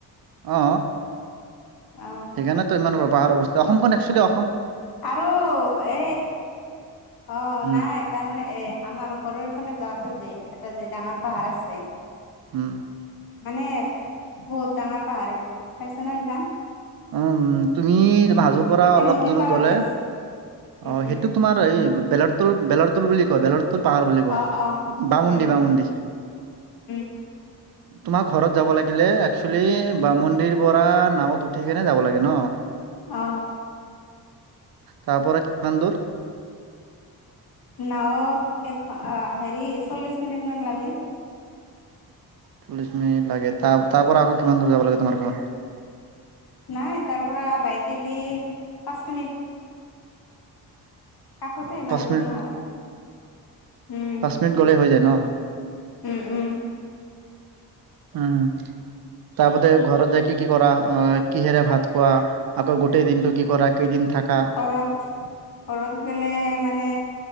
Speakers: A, on the right; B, on the left.
A: অ
B: অ
A: সেইকাৰণে তো ইমান ব পাহাৰৰ অৱস্থ অসমখন একচুৱেলী
B: আৰু এ। অ
A: উম
B: নাই তাৰমানে এ আমাৰ ঘৰৰ ফালে যাওঁতে যেন এটা যে ডাঙৰ পাহাৰ আছে।
A: হম।
B: মানে বহুত ডাঙৰ পাহাৰ এইটো। চাইছ ন ইভান?
A: উ উ তুমি। হাজো পৰা
B: এই
A: অলপ
B: নদীৰ
A: দূৰ
B: পাৰত
A: গ'লে
B: যে আছে, উম
A: অ সেইটো
B: উম
A: তোমাৰ এই বলত ত বেলৰতুল বুলি কয় বেলৰ তোৰ পাহাৰ বুলি কয়
B: অ অ
A: বামুণ্ডি,
B: উম
A: বামুণ্ডি।
B: উম
A: তোমাৰ ঘৰত যাব লাগিলে একচুৱেলি বামোন্দিৰ পৰা নাৱত উঠ উঠিকেনে যাব লাগে ন।
B: অ।
A: তাৰ পৰা কিমান দূৰ?
B: নাৱত এ হেৰি চল্লিশ মিনিট মান লাগে।
A: চল্লিশ মিনিট লাগে ত তাৰ পৰা আকৌ কিমান দূৰ যাব লাগে তোমাৰ ঘৰ।
B: নাই তাৰ পৰা বাইকে দি, পাঁচ মিনিট। কাষতে ইমান
A: পাঁচ
B: দূৰ
A: মিনিট,
B: নহয় উম
A: পাঁচ মিনিট গলেই হৈ যায় ন।
B: উম উম।
A: উম, তাৰপতে ঘৰত য কি কি কৰা। অ কিহেৰে ভাত খোৱা, আকৌ গোটেই দিনটো কি কৰা। কেইদিন থাকা
B: ঘৰত, ঘৰত গলে মানে।